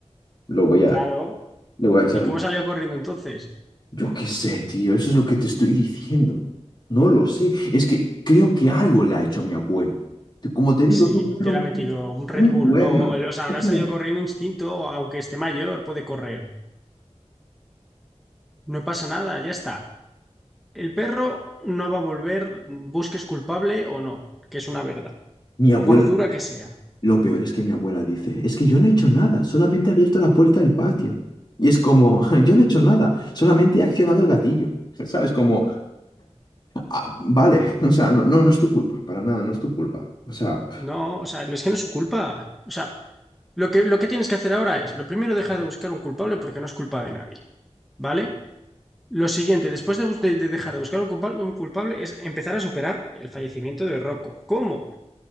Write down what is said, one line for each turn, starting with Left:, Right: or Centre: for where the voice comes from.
Left: Lo voy
Centre: Claro,
Left: a, le voy a echar
Centre: ¿Y cómo salió corriendo entonces?
Left: Yo qué sé, tío, eso es lo que te estoy diciendo. No lo sé, es que creo que algo le ha hecho a mi abuelo. Te- Como te digo,
Centre: Sí,
Left: no fueron
Centre: te la ha metido
Left: muy,
Centre: un Red
Left: muy
Centre: Bull,
Left: buenos.
Centre: ¿no? O sea, habrá
Left: O sea,
Centre: salido corriendo instinto, aunque esté mayor, puede correr. No pasa nada, ya está. El perro no va a volver, busques culpable o no, que es una verdad,
Left: mi abuela,
Centre: por dura que sea.
Left: lo peor es que mi abuela dice, es que yo no he hecho nada, solamente he abierto la puerta del patio. Y es como, <laughs> yo no he hecho nada, solamente he accionado el gatillo. <laughs> ¿Sabes? Como, "Ah, vale, o sea, no, no, no es tu culpa, para nada, no es tu culpa. O sea,
Centre: No, o sea, no es que no es su culpa. O sea, Lo que, lo que tienes que hacer ahora es, lo primero, dejar de buscar un culpable porque no es culpa de nadie, ¿vale? Lo siguiente, después de, bus- de- de dejar de buscar un culpable, un culpable, es empezar a superar el fallecimiento de Rocco. ¿Cómo?